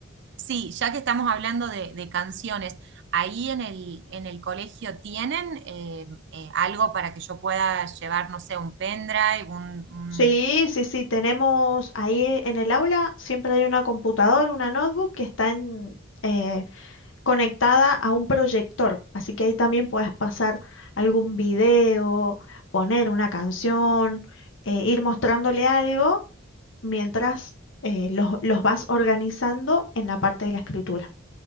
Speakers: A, on the right; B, on the left.
A: sí, ya que estamos hablando de, de canciones, ¿ahí en el, en el colegio tienen eh, eh, algo para que yo pueda llevar, no sé, un pendrive, un, un-
B: Sí, sí, sí, tenemos ahí en el aula, siempre hay una computadora, una notebook que está en, eh, conectada a un proyector, así que ahí también puedes pasar algún video, poner una canción, eh, ir mostrándole algo mientras eh, los, los vas organizando en la parte de la escritura.